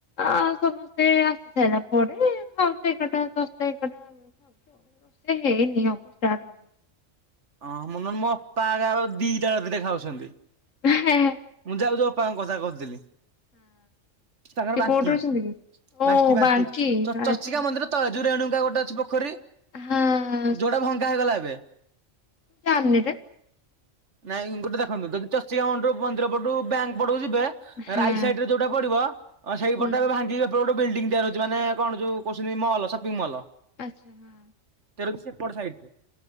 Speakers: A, on the left; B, on the right.
A: ଆ ସମସ୍ତେ ଆସି ସାରିଲା ପରେ ଖାଉଛି ଏଗାର ଟା ଦଶ ଟା ଏଗାରଟା। ହ <inaudible> ସେ ହେଇନି ଅବ ଷ୍ଟାର୍ଟ।
B: ଅଁ ମୁଁ ନୁହେଁ ମୋ ଅପା ଆ କା ଦିଟା ରାତିରେ ଖାଉଛନ୍ତି
A: ହଁ।
B: ମୁଁ ଯାଉ ଯାଉ ଅପାଙ୍କ କଥା କରୁଥିଲି। ତାଙ୍କର
A: ସେ
B: ବାସ୍କି
A: କୋଉଠି ଅଛନ୍ତି କି? ଓ
B: ବାସ୍କି ବାସ୍କିଟି
A: ବାଙ୍କୀ ଆଚ୍ଛା
B: ଚର୍ଚିକା ମନ୍ଦିର ତ ଏଜୁ ରେଣୁକା ଗୋଟେ ଅଛି ପୋଖରୀ,
A: ହଁ
B: ଯୋଉଟା ଭଙ୍ଗା ହେଇଗଲା ଏବେ।
A: କାମିନୀରେ।
B: ନାଇଁ ଗୋଟେ ଦେଖନ୍ତୁ ଯଦି ଚର୍ଚିକା ମଣ୍ଡରୁ ମନ୍ଦିର ପଟରୁ ବ୍ୟାଙ୍କ ପଟକୁ ଯିବେ।
A: ହଁ
B: ରାଇଟି ସାଇଡିରେ ରେ ଯୋଉଟା ପଡିବ ସେଇପଟ
A: ହୁଁ
B: ରେ ଭାଙ୍ଗିକି ଗୋଟେ ବିଲ୍ଡିଂ ତିଆରି ହଉଛି ମାନେ କଣ ଯଉ କହୁଛନ୍ତି ମଲ ସପିଙ୍ଗି ମଲ।
A: ଆଚ୍ଛା ହଁ।
B: ତାର ସେପଟ ସାଇଟି।